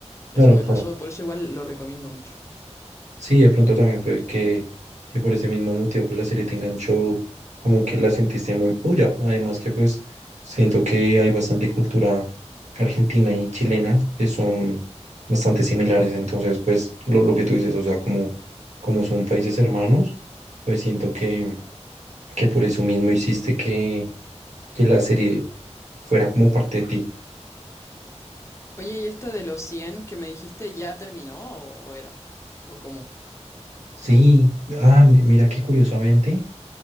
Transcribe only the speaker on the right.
Claro,
claro.
Sí, de pronto también fue que, que por ese mismo motivo, pues la serie te enganchó, como que la sentiste muy tuya. Además que pues siento que hay bastante cultura argentina y chilena que son bastante similares. Entonces, pues lo, lo que tú dices, o sea, como, como son países hermanos, pues siento que, que por eso mismo hiciste que, que la serie fuera como parte de ti.
Sí, ah, mi- mira que curiosamente,